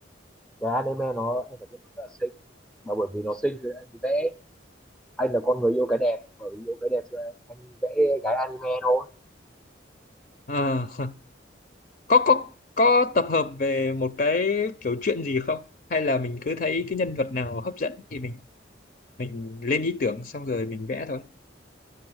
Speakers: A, in the centre; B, on the left.
A: cái anime nó em phải biết nó rất là xinh mà bởi vì nó xinh thì anh vẽ anh là con người yêu cái đẹp bởi vì yêu cái đẹp cho anh, vẽ gái anime thôi
B: Ờ, <laughs> có có có tập hợp về một cái kiểu chuyện gì không hay là mình cứ thấy cái nhân vật nào hấp dẫn thì mình mình lên ý tưởng xong rồi mình vẽ thôi